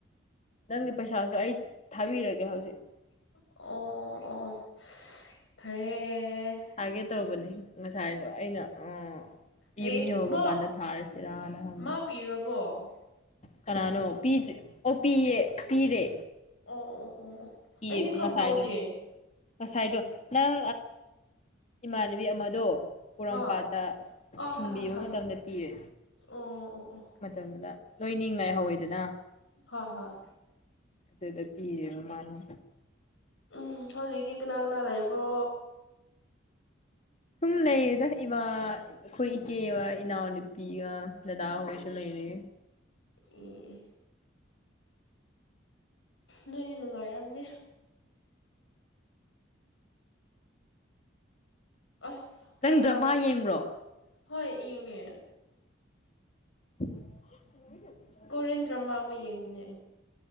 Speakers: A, on the left (about 40°); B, on the left (about 85°).
A: ꯅꯪꯒꯤ ꯄꯩꯁꯥꯁꯨ ꯑꯩ ꯊꯥꯕꯤꯔꯒꯦ ꯍꯧꯖꯤꯛ
B: ꯑꯣ ꯑꯣ ꯑꯣ ꯐꯔꯦ ꯑꯦ
A: ꯊꯥꯒꯦ ꯇꯧꯕꯅꯤ ꯉꯁꯥꯏꯗꯣ ꯑꯩꯅ ꯑ
B: ꯑꯦ
A: ꯌꯨꯝ ꯌꯡꯕ
B: ꯃꯥ
A: ꯀꯥꯟꯗ ꯊꯥꯔꯁꯤꯔꯅ ꯍꯪꯃꯒ
B: ꯃꯥ ꯄꯤꯔꯕꯣ
A: ꯀꯅꯥꯅꯣ ꯄꯤꯗꯦ ꯑꯣ ꯄꯤꯌꯦ ꯄꯤꯔꯦ
B: ꯑꯣ ꯑꯣ ꯑꯣ ꯑꯣ
A: ꯑꯦꯉꯁꯥꯏꯗꯣ
B: ꯑꯩꯗꯤ ꯈꯪꯍꯧꯗꯦ
A: ꯉꯁꯥꯏꯗꯣ ꯅꯪ ꯏꯃꯥꯟꯅꯕꯤ ꯑꯃꯗꯣ ꯄꯣꯔꯣꯝꯄꯥꯠꯇ
B: ꯍꯥ ꯑ
A: ꯊꯤꯟꯕꯤꯕ
B: ꯍꯣꯏ ꯍꯣꯏ ꯍꯣꯏ
A: ꯃꯇꯝꯗ
B: ꯍꯣꯏ
A: ꯄꯤꯔꯦ
B: ꯑꯣ ꯑꯣ ꯑꯣ
A: ꯃꯇꯝꯗꯨꯗ ꯂꯣꯏꯅꯤꯡꯉꯥꯏ ꯍꯧꯋꯤꯗꯅ
B: ꯑꯣ ꯍꯣꯏ ꯍꯣꯏ
A: ꯑꯗꯨꯗ ꯄꯤꯔ ꯃꯥꯅ
B: ꯎꯝ ꯍꯧꯖꯤꯛꯇꯤ ꯀꯅꯥ ꯀꯅꯥ ꯂꯩꯕ꯭ꯔꯣ
A: ꯁꯨꯝꯃꯅ ꯏꯗ ꯏꯕ ꯑꯩꯈꯣꯏ ꯏꯆꯦꯑꯃ ꯏꯅꯥꯎꯅꯨꯄꯤꯒ ꯗꯗꯥꯍꯣꯏꯁꯨ ꯂꯩꯔꯤ
B: ꯎ ꯅꯣꯏꯗꯤ ꯅꯨꯡꯉꯥꯏꯔꯝꯅꯦ ꯑꯁ
A: ꯅꯪ
B: ꯑꯩ
A: ꯗ꯭ꯔꯃꯥ
B: ꯉꯥꯛꯄꯁꯤꯗꯤ
A: ꯌꯦꯡꯕ꯭ꯔꯣ
B: ꯍꯣꯏ ꯌꯦꯡꯉꯦ
A: <unintelligible>
B: ꯀꯣꯔꯤꯌꯟ ꯗ꯭ꯔꯃꯥ ꯑꯃ ꯌꯦꯡꯕꯅꯦ